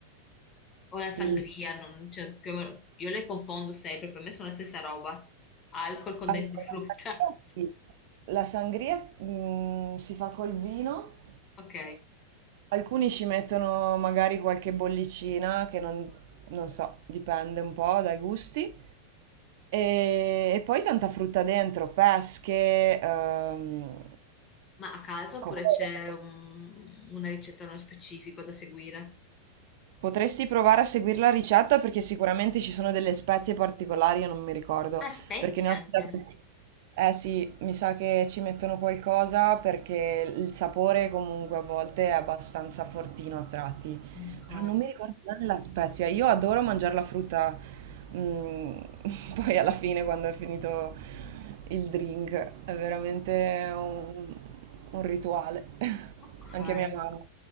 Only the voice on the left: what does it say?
O la sangria,
non- cioè, più o meno- io le confondo sempre, per me sono la stessa roba. Alcol con
dentro frutta.
<laughs>
Ok.
Ma a caso oppure
c'è un- una ricetta nello specifico da seguire?
Ah, spezie
anche.
Ok,
ok,
ok.